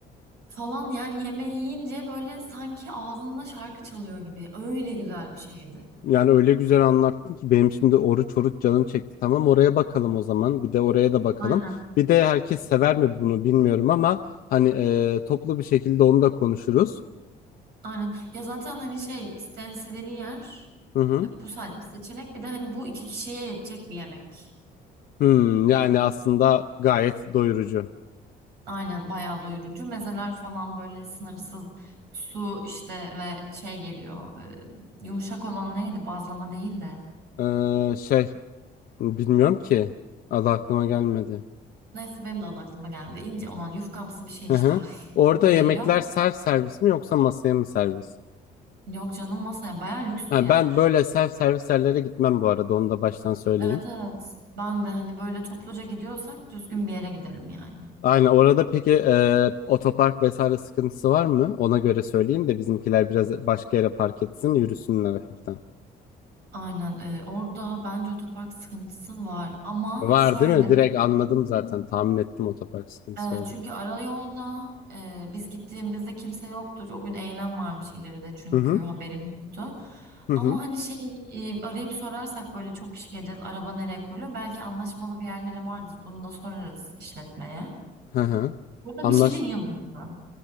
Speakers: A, on the right; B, on the left.
A: Falan yani yemeği yiyince böyle sanki ağzında şarkı çalıyor gibi. Öyle güzel bir şeydi.
B: Yani öyle güzel anlattın ki benim şimdi oruç oruç canım çekti. Tamam oraya bakalım o zaman. Bir de oraya da bakalım.
A: Aynen.
B: Bir de herkes sever mi bunu bilmiyorum ama hani e, toplu bir şekilde onu da konuşuruz.
A: Aynen. Ya zaten hani şey istenildiğini yer.
B: Hı hı.
A: Bu sadece bir seçenek. Bir de hani bu iki kişiye yetecek bir yemek.
B: Hmm, yani aslında gayet doyurucu.
A: Aynen bayağı doyurucu. Mezeler falan böyle sınırsız su işte ve şey geliyor. e, yumuşak olan neydi? Bazlama değil de.
B: Ee, şey bilmiyorum ki adı aklıma gelmedi.
A: Neyse benim de adı aklıma geldi. İnce olan yufkamsı bir şey
B: Hı
A: işte.
B: hı.
A: <laughs> Aklıma
B: Orada yemekler
A: geliyor.
B: self servis mi yoksa masaya mı servis?
A: Yok canım masaya bayağı lüks
B: Ha,
A: bir yer.
B: ben böyle self servis yerlere gitmem bu arada onu da baştan söyleyeyim.
A: Evet evet. Ben de hani böyle topluca gidiyorsak düzgün bir yere gidelim yani.
B: Aynen orada peki e, otopark vesaire sıkıntısı var mı? Ona göre söyleyeyim de bizimkiler biraz başka yere park etsin yürüsünler hafiften.
A: Aynen e, orada bence otopark sıkıntısı var ama
B: Var
A: şöyle
B: değil mi? Direkt anladım zaten tahmin ettim otopark sıkıntısı
A: Ee,
B: olduğunu.
A: çünkü ara yolda e, biz gittiğimizde kimse yoktur. O gün eylem varmış ileride çünkü
B: Hı hı
A: haberim yoktu.
B: hı
A: Ama
B: hı
A: hani şey e, arayıp sorarsak böyle çok kişi geleceğiz araba nereye koyuluyor? Belki anlaşmalı bir yerleri vardır. Bunu da sorarız işletmeye.
B: hı hı.
A: Burada Michelin
B: Anlaş...
A: yıldızı.